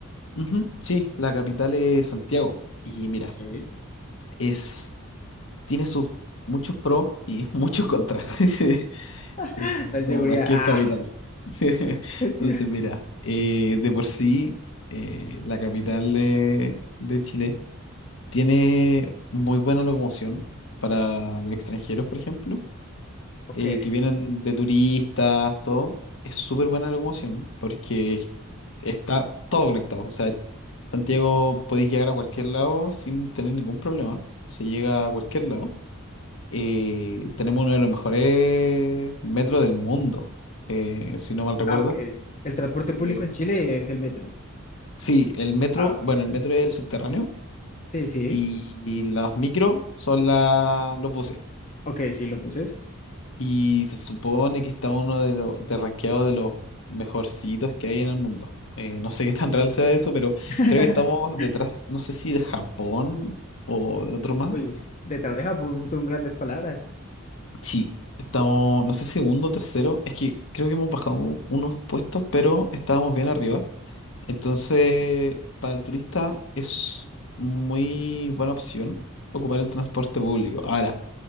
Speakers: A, on the left; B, on the left.
A: Ujú, Sí, la capital es Santiago. Y mira,
B: Sí.
A: es, tiene sus muchos pros y <laughs> muchos contras, <laughs> eh,
B: <laughs> la inseguridad,
A: como cualquier
B: ah,
A: capital. <laughs>
B: <laughs>
A: Entonces, mira, eh, de por sí, eh, la capital de, de Chile tiene muy buena locomoción para los extranjeros, por ejemplo
B: ok,
A: eh, que vienen de turistas, todo, es súper buena la locomoción porque está todo conectado. O sea, Santiago podéis llegar a cualquier lado sin tener ningún problema. Se llega a cualquier lado. Eh, tenemos uno de los mejores metros del mundo, eh, si no mal recuerdo.
B: ah, ok, el transporte público
A: Eh,
B: en Chile es el metro,
A: sí, el metro,
B: ah, ok,
A: bueno, el metro es el subterráneo
B: sí, sí,
A: y, y las micro son la- los buses.
B: ok, sí, los buses,
A: Y se supone que está uno de los de rankeado de los mejorcitos que hay en el mundo. Eh, no sé qué tan real sea eso, pero
B: <laughs>
A: creo que estamos detrás, no sé si de Japón o de otro más.
B: uy, detrás de Japón son grandes palabras,
A: Sí, estamos, no sé, si segundo, tercero. Es que creo que hemos bajado un- unos puestos, pero estábamos bien arriba. Entonces, para el turista es muy buena opción ocupar el transporte público. Ahora,